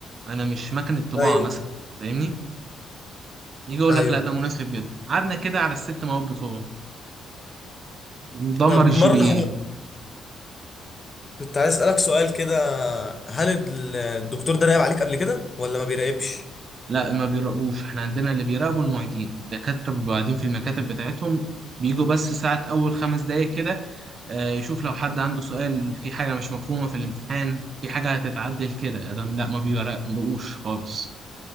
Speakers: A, on the right; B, on the left.
A: انا مش مكنة طباعة
B: ايوه
A: مثلا فاهمني يجي يقول
B: ايوه
A: لك لا ده مناسب جدا قعدنا كده على الست مواد بتوعه ندمر
B: طب
A: الجي
B: مره
A: بي اي.
B: كنت عايز اسالك سؤال كده هل ال- الدكتور ده راقب عليك قبل كده ولا ما بيراقبش
A: لا ما بيراقبوش احنا عندنا اللي بيراقبوا المعيدين الدكاترة بيبقوا قاعدين في المكاتب بتاعتهم بيجوا بس ساعة أول خمس دقايق كده آه، يشوف لو حد عنده سؤال في حاجة مش مفهومة في الامتحان في حاجة هتتعدل كده أدم لا ما بيراقبوش خالص